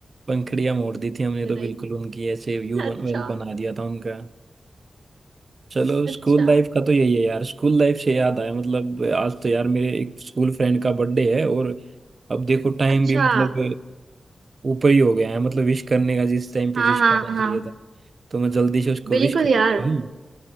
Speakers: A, on the right (about 50°); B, on the right (about 75°).
A: पंखड़ियां मोड़ दी थी हमने
B: टाइम
A: तो बिल्कुल उनकी ऐसे यू बन,
B: अच्छा
A: वेल बना दिया था उनका चलो स्कूल
B: अच्छा
A: लाइफ का तो यही है यार स्कूल लाइफ से याद आया मतलब आज तो यार मेरे एक स्कूल फ्रेंड का बर्थडे है और अब देखो टाइम
B: अच्छा
A: भी मतलब ऊपर ही हो गया है मतलब विश करने का जिस टाइम पे
B: हाँ
A: विश
B: हाँ
A: करना
B: हाँ
A: चाहिए था तो मैं जल्दी से उसको
B: बिल्कुल
A: विश कर
B: यार
A: देता हूँ